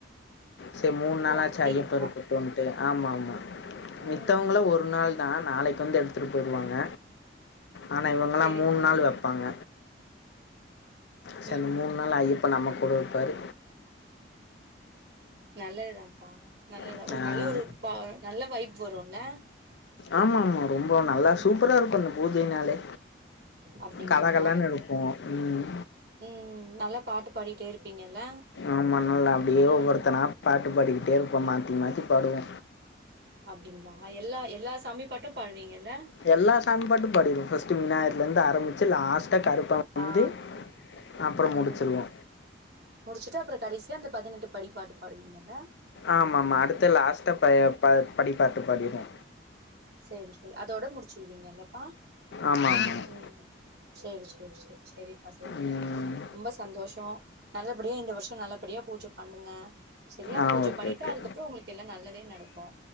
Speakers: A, on the left; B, on the right.
A: செரி மூணு நாளாச்சு
B: ஓ அப்டியா
A: ஐயப்ப இருக்கட்டோன்ட்டு ஆமா ஆமா
B: ம்
A: மித்தவங்கள ஒரு நாள் தா நாளைக்கு வந்து எடுத்துட்டு போய்டுவாங்க ஆனா இவங்கலா
B: செரிப்பா
A: மூன் நாள் வப்பாங்க சரி
B: ம்
A: அந்த மூன் நாள் ஐயப்பா நம்ம கூட இருப்பாரு
B: நல்லதுதான்ப்பா நல்லதா
A: இருப்பார்
B: ஒரு நல்ல ஒரு நல்ல வைப் வருல்ல
A: ஆமா ஆமா ரொம்ப நல்லா
B: ம்
A: சூப்பரா இருக்கு அந்த பூஜைனாலே
B: அப்டிங்களா
A: கல கலன் இருக்கு ம்
B: ம் நல்லா பாட்டு பாடிட்டே இருப்பீங்கல்ல
A: ஆமா நல்லா அப்டியே
B: ம்
A: ஒவ்வொருத்தனா பாட்டு பாடிக்கிட்டே இருப்போ மாத்தி மாத்தி பாடுவோ
B: அப்டிங்களா எல்லா எல்லா சாமி பாட்டு பாடுவீங்க இல்ல
A: எல்லா சாமி பாட்டு பாடிருவோ பஸ்ட் விநாயகர்ல இருந்து ஆரபிச்சு லாஸ்டா கருப்ப வந்து
B: ஆ
A: அப்ற
B: ம்
A: முடிச்சிருவோ
B: முடிச்சுட்டு அப்புற கடைசியா அந்த பதினெட்டு படி பாட்டு பாடுவீங்க இல்ல
A: ஆமா ஆமா அடுத்து லாஸ்டா ப ப படிப்பாட்டு பாடிருவோ
B: சேரி சேரி அதோட முடிச்சிருவீங்க இல்லப்பா
A: ஆமா ஆமா
B: ம் சேரி சேரி சேரி செரிப்பா செரிப்பா
A: ம்.
B: ரொம்ப சந்தோஷ நல்லபடியா இந்த வருஷ நல்லபடியா பூஜ பண்ணுங்க சரியா
A: ஆ
B: பூஜ
A: ஓகே,
B: பண்ணிட்டா
A: ஓகே.
B: அதுக்கப்ற உங்களுக்கு எல்லா நல்லதே நடக்கு